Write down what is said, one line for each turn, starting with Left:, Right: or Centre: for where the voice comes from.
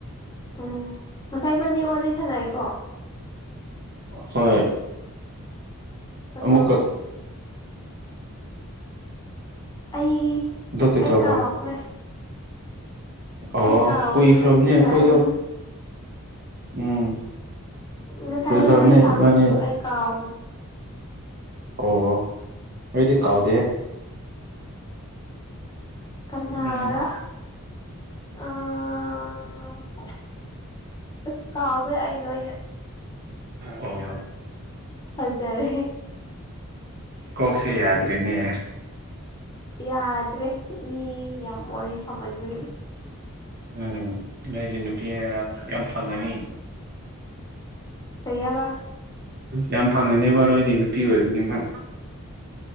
Left: ꯎꯝ ꯉꯁꯥꯏ ꯕꯥꯅꯤ ꯋꯥꯔꯤ ꯁꯥꯟꯅꯩꯀꯣ
Right: ꯍꯣꯏ
Left: ꯑꯗꯣ
Right: ꯑꯃꯨꯛꯀꯥ
Left: ꯑꯩ
Right: ꯑꯗꯨ ꯀꯩꯗꯧꯕ
Left: ꯑꯩ ꯀꯥꯎꯈ꯭ꯔꯦ
Right: ꯑꯣ
Left: ꯑꯩ ꯀꯥꯎꯈ꯭ꯔꯦ
Right: ꯀꯨꯏꯈ꯭ꯔꯕꯅꯤ
Left: ꯅꯪ ꯉꯁꯥꯏ
Right: ꯑꯩꯈꯣꯏꯗꯣ
Left: ꯍꯥꯏꯕ
Right: ꯎꯝ
Left: ꯉꯁꯥꯏ
Right: ꯀꯨꯏꯈ꯭ꯔꯕꯅꯤ
Left: ꯋꯥꯔꯤ ꯁꯥꯕꯁꯤꯡꯗꯣ
Right: ꯏꯕꯥꯅꯤ
Left: ꯑꯩ ꯀꯥꯎꯈ꯭ꯔꯦ
Right: ꯑꯣ ꯑꯣꯏꯗꯤ ꯀꯥꯎꯗꯦ
Left: <inaudible> ꯀꯅꯥꯔ
Right: ꯎꯝ
Left: <unintelligible> ꯀꯥꯎꯈ꯭ꯔꯦ ꯑꯩ ꯂꯣꯏꯅ
Right: ꯑꯣ
Left: ꯐꯖꯔꯦ
Right: ꯀꯣꯛꯁꯤ ꯌꯥꯗꯔ꯭ꯦꯅꯦ
Left: ꯌꯥꯗ꯭ꯔꯦ ꯃꯤ ꯌꯥꯝ ꯋꯥꯔꯤ ꯁꯃꯟꯕꯒꯤ
Right: ꯎꯝ ꯅꯣꯏꯁꯦ ꯅꯨꯄꯤꯅꯤꯅ ꯌꯥꯝ ꯐꯪꯉꯅꯤ
Left: ꯀꯔꯤ ꯍꯥꯏꯕ
Right: ꯌꯥꯝ ꯐꯪꯉꯅꯦꯕ ꯅꯣꯏꯗꯤ ꯅꯨꯄꯤ ꯑꯣꯏꯕꯅꯤꯅ